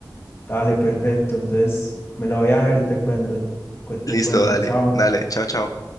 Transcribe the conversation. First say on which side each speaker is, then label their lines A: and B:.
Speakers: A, on the left; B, on the left.
A: Dale, perfecto. Entonces me la voy a ver y te cuento, cu- te
B: Listo,
A: cuento.
B: dale,
A: Chao.
B: dale, chao, chao.